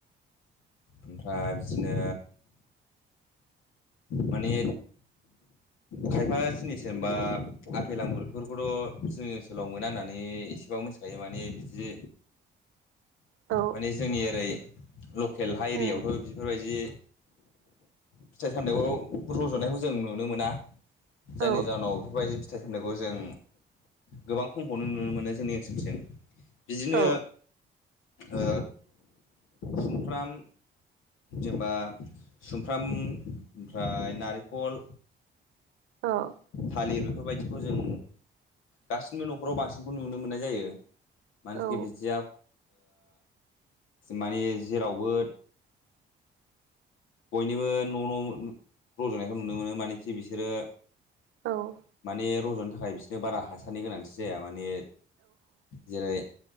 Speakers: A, on the left (about 85°); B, on the right (about 80°).
A: ओमफ्राय बिदिनो माने खायफा जिनिस जेनबा आफेल आंगुरफोरखौथ' जोंङो सोलाव मोना होननानै एसेबाबो मिथिखायो माने बिदि
B: औ
A: माने जोंनि ओरै लकेल हा
B: उम
A: एरियायावथ' बेफोरबायदि फिथाइ सामथाइखौ रज'नायखौ जों नुनो मोना जायनि
B: औ
A: जाहोनाव बेफोरबायदि फिथाइ सामनायखौ जों गोबां खमखौनो नुनो मोनो जोंनि ओनसोलसिम बिदिनो
B: औ
A: ओ सुमफ्राम जेनेबा सुमफ्राम ओमफ्राय नारेंखल
B: औ
A: थालिर बेखौ बेबायदिखौ जों गासिबो न'खराव बांसिनखौ नुनो मोननाय जायो मानखि
B: औ
A: बिदिया माने जेरावबो बयनिबो न' न' रज'नायखौ नुनो मोनो मानखि बिसोरो
B: औ
A: माने रज'नो थाखाय बिसोरनो बारा हासारनि गोनांथि जाया माने जेरै